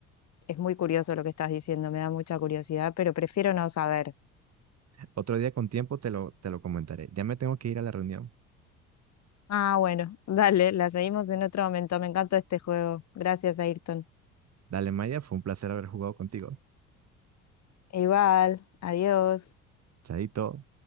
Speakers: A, on the left (about 40°); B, on the right (about 40°).
A: es muy curioso lo que estás diciendo, me da mucha curiosidad, pero prefiero no saber.
B: Otro día con tiempo te lo, te lo comentaré. Ya me tengo que ir a la reunión.
A: Ah, bueno, dale, la seguimos en otro momento. Me encantó este juego. Gracias, Ayrton.
B: Dale, Maya, fue un placer haber jugado contigo.
A: Igual, adiós.
B: Chaito.